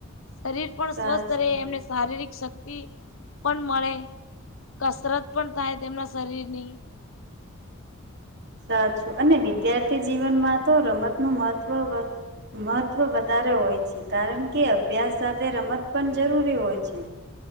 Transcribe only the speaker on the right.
સાચું
સાચું અને વિદ્યાર્થી જીવનમાં તો રમત નું મહત્ત્વ મહત્ત્વ વધારે હોય છે કારણ કે અભ્યાસ સાથે રમત પણ જરૂરી હોય છે.